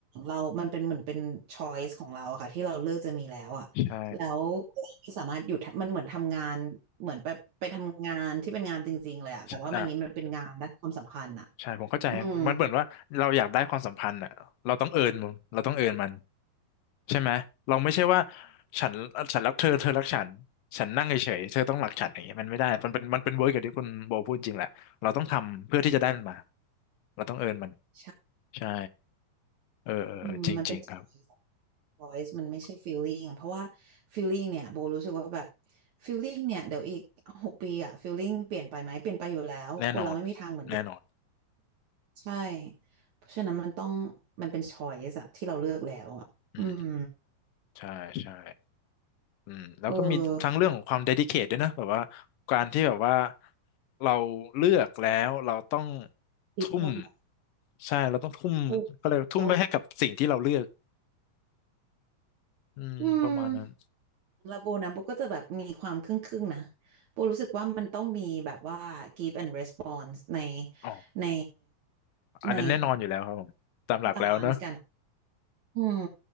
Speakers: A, on the right; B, on the left.
A: เรามันเป็นเหมือนเป็นช้อยสของเราอะค่ะที่เราเลือกจะมีแล้วอะแล้วเราสามารถหยุดมันเหมือนทำงานเหมือนไปไปทำงานที่เป็นงานจริงๆเลยอะแต่ว่ามันนี้มันเป็นงานด้านความสัมพันธ์อะ
B: ใช่ใช่อ่าใช่ผมเข้าใจมันเหมือนว่าเราอยากได้ความสัมพันธ์อ่ะเราต้องเอิร์นมันเราต้องเอิร์นมัน
A: อืม
B: ใช่ไหมเราไม่ใช่ว่าฉันฉันรักเธอเธอรักฉันฉันนั่งเฉยๆเธอต้องรักฉันอย่างเงี้ยมันไม่ได้มันเป็นมันเป็นเวิร์กอย่างที่คุณโบพูดจริงแหละเราต้องทำเพื่อที่จะได้มันมาเราต้องเอิร์นมัน
A: ใช่
B: ใช่เออเออเออจริงจริงครับ
A: อืมมันเป็น choice voice มันไม่ใช่ feeling เพราะว่า feeling เนี่ยโบรู้สึกว่าแบบ feeling เนี่ยเดี๋ยวอีกหกปีอะ feeling เปลี่ยนไปไหมเปลี่ยนไปอยู่แล้วคนเราไม่มีทางเหมือนเดิม
B: แน่นอนแน่นอน
A: ใช่เพราะฉะนั้นมันต้องมันเป็น choice อะที่เราเลือกแล้วอะอืม
B: อืมใช่ ใช่อืมแล้วก็มีทั้งเรื่องของความ
A: เออ
B: dedicate ด้วยนะแบบว่าการที่แบบว่าเราเลือกแล้วเราต้อง
A: อีกคนแบบ
B: ทุ่ม ใช่ เราต้องทุ่มก็เลยกว่าทุ่มไปให้กับสิ่งที่เราเลือก
A: โอ้โห
B: อืมประมาณนั้น
A: อืมแล้วโบนะโบก็จะแบบมีความครึ่งครึ่งนะโบรู้สึกว่ามันต้องมีแบบว่า give and response ใน
B: อ๋อ
A: ในใน
B: อันนั้นแน่นอนอยู่แล้วครับผมตามหลักแล้วเนอะ
A: ให้บาลานซ์กันอืม